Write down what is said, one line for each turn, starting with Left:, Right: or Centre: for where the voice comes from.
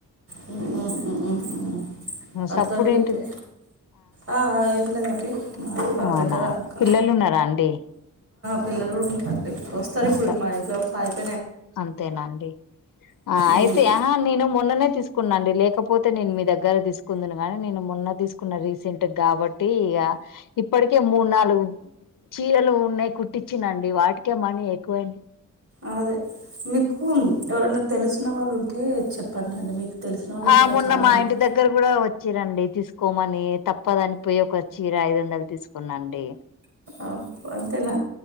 Right: హ్మ్ అట్లని
Left: సప్పుడేంటి
Right: చెప్పి ఆ ఆ ఏం లేదండి మా
Left: అవునా
Right: దగ్గర అక్క
Left: పిల్లలు ఉన్నారా అండి
Right: పిల్లలు కూడా ఉన్నారండి వస్తారు ఇప్పుడు
Left: అలా
Right: మాక్సిమం సా
Left: అంతేనా అండి ఆ ఆయితే
Right: ఉమ్.
Left: ఆహా నేను మొన్ననే తీసుకున్నాండి లేకపోతే నేను మీ దగ్గర తీసుకుందునుగాని నేను మొన్న తీసుకున్న రీస్ సెంట్ కాబట్టి ఇగ ఇప్పటికే మూడు నాలుగు చీరలు ఉన్నాయి కుట్టించినండి వాటికే మనీ ఎక్కువై
Right: అదే మీకు ఎవరైనా తెలిసిన వాళ్ళు ఉం టే చెప్పండి అండి మీకు తెలిసిన వాళ్ళు ఉంటారు
Left: ఆ మొన్న
Right: చాలా
Left: మా
Right: మంది
Left: ఇంటి దగ్గర కూడా వచ్చిరండి తీసుకోమని తప్పదని పోయి ఒక చీర ఐదు వందల్ది తీసుకున్నాండి
Right: అబ్బ అంతేనా